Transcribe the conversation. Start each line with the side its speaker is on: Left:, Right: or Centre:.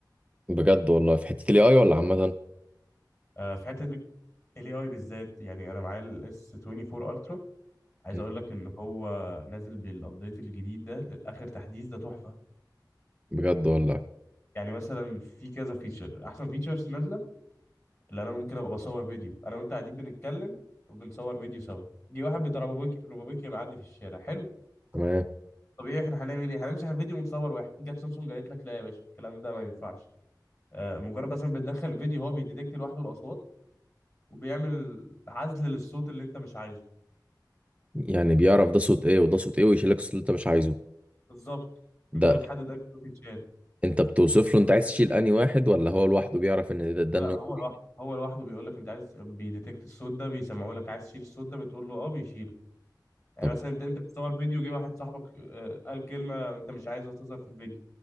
Right: بجد والله في حتة الاي اي ولا عامة
Left: آه في حته الاي اي بالذات يعني انا معايا الاس 24 الترا عايز
Right: مم.
Left: اقول لك ان هو نازل بالابديت الجديد ده الاخر تحديث ده تحفه
Right: بجد والله
Left: يعني مثلا في كذا فيتشر احسن فيتشرز نازله اللي انا ممكن ابقى بصور فيديو انا وانت قاعدين بنتكلم وبنصور فيديو سوا جه واحد بتاع روبابيكي روبابيكي معدي في الشارع حلو
Right: تمام
Left: طبيعي احنا هنعمل ايه هنمسح الفيديو ونصور واحد جت سامسونج قالت لك لا يا باشا الكلام ده ما ينفعش آه مجرد مثلا بتدخل الفيديو هو بيديتكت لوحده الاصوات وبيعمل عزل للصوت اللي انت مش عايزه
Right: يعني بيعرف ده صوت ايه وده صوت ايه ويشيل لك الصوت اللي انت مش عايزه
Left: بالظبط
Right: ده
Left: انت بتحدد انهي صوت يتشال
Right: انت بتوصف له انت عايز تشيل انهي واحد ولا هو لوحده بيعرف ان ده ده
Left: لا
Right: النوع
Left: هو
Right: دي؟
Left: لوحده هو لوحده بيقول لك انت عايز بيديتكت الصوت ده بيسمعه لك عايز تشيل الصوت ده بتقول له اه بيشيله يعني
Right: طب
Left: مثلا انت انت بتصور فيديو جه واحد صاحبك آه، قال كلمه انت مش عايزها تظهر في الفيديو